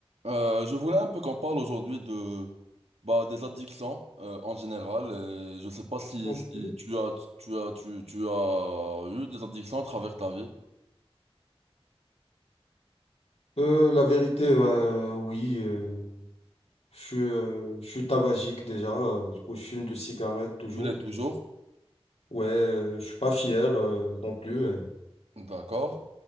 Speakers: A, on the right; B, on the left.
A: Euh, je voulais un peu qu'on parle aujourd'hui de bah, des addictions euh, en général. Et je sais pas si,
B: Ok.
A: si tu as tu as tu, tu as eu des addictions à travers ta vie.
B: Euh, la vérité, euh, oui, euh, je suis, euh, je suis tabagique déjà, euh, du coup, je fume de cigarette toujours.
A: Tu l'es toujours,
B: Ouais, euh, je suis pas fier euh, non plus,
A: d'accord.